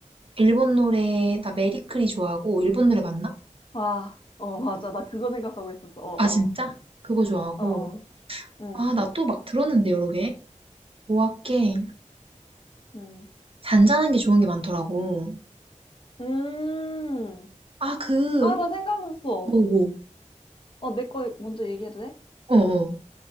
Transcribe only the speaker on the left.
아, 어, 맞아. 나 그거 생각하고 있었어. 어,
어,
어, 어, 응,
응.
음.
아, 나 생각났어.
어, 내 거 먼저 얘기해도 돼?